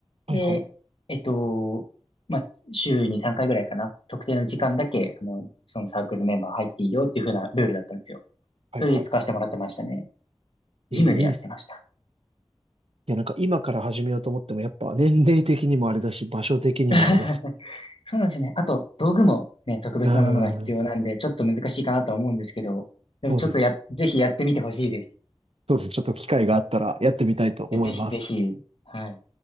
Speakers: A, on the right (about 90°); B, on the left (about 70°).
A: はいはい。
B: で、えっと、まあ、週に3回ぐらいかな。特定の時間だけ、
A: はい
B: あの、そのサークルのメンバー入っていいよっていう風なルールだったんですよ。
A: はいはい。
B: それで使わせてもらってましたね。ジムでやってました。
A: えー、いいっす。いや、なんか今から始めようと思っても、やっぱ年齢的にもあれだし、場所的にもあれだし。
B: <laughs> そうなんですよね。あと、道具もね、特別なものが必要なんで、
A: うーん。
B: ちょっと難しいかなとは思うんですけど、でもちょっとや、
A: そうです。
B: ぜひやってみてほしいです。
A: そうです。ちょっと機会があったらやってみたいと思います。
B: いやぜひぜひ、はい。